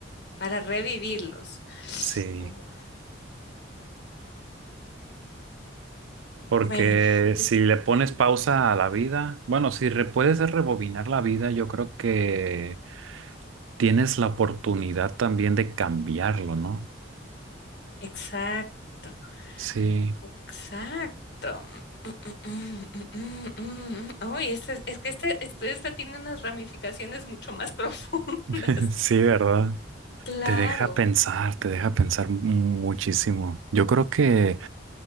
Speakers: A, on the left (about 55°); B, on the right (about 80°).
A: para revivirlos.
B: sí,
A: Oh.
B: porque
A: Bueno,
B: si
A: yo-
B: le pones pausa a la vida, bueno, si re- puedes rebobinar la vida, yo creo que tienes la oportunidad también de cambiarlo, ¿no?
A: exacto,
B: Sí,
A: exacto. Mm, mm, mm, mm, mm. Uy, esta es, es que esta, este- esta tiene unas ramificaciones mucho más <laughs> profundas.
B: <laughs> sí, ¿verdad?
A: Claro,
B: Te deja pensar, te deja pensar muchísimo. Yo creo que,